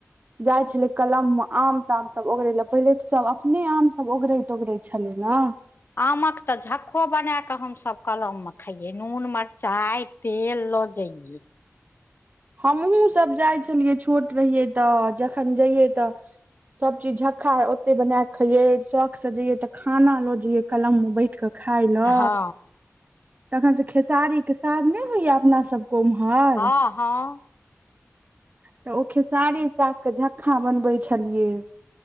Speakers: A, on the right; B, on the left.
A: जाय छले कलम मे आम ताम सब ओगरे ले पहिले त सब अपने आम सब ओगरे ओगरे छलै न
B: आमक तऽ झक्को बना कऽ हमसभ कलम मे खैयै नून मिरचाइ तेल ल जइयै
A: हमहूँ सभ जाइ छलियै छोट रहियै तऽ जखन जइयै तऽ सब चीज झक्का ओते बना क खैये शौक से जइये तऽ खाना लो जइये कलम मे बैठ के खाइ ल
B: हँ
A: तखन त खेसारीके साग नहि होइया अपना सबके उम्हर
B: हँ हँ
A: तऽ ओ खेसारी सागके झक्खा बनबै छलियै